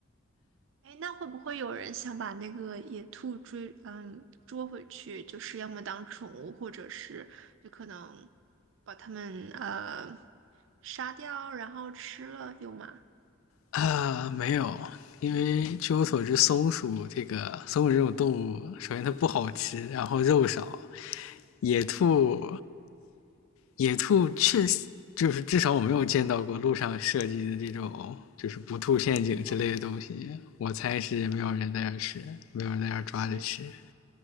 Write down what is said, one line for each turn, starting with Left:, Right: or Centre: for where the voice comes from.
Right: 哎，那会不会有人想把那个野兔追，嗯，捉回去？就是要么当宠物，或者是就可能把它们呃杀掉，然后吃了，有吗？
Left: 啊。没有，因为据我所知，松鼠这个松鼠这种动物，首先它不好吃，然后肉少。野兔，野兔确实就是至少我没有见到过路上设计的这种就是不吐陷阱之类的东西。
Right: 嗯，
Left: 我猜是没有人在那吃，没有人在那抓着吃
Right: 我也